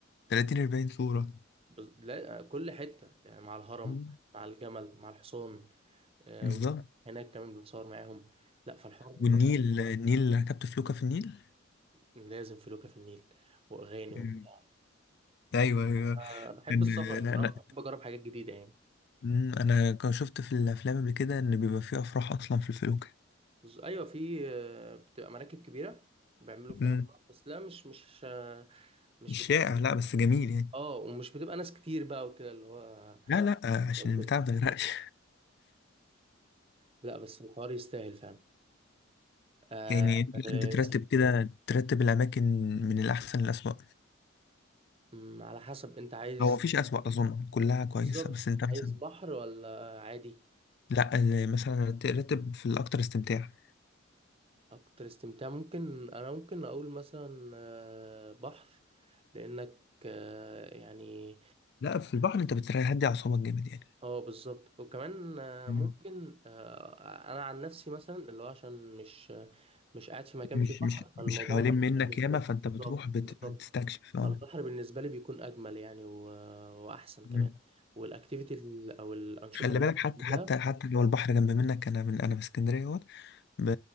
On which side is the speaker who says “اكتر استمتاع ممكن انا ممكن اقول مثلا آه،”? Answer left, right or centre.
Right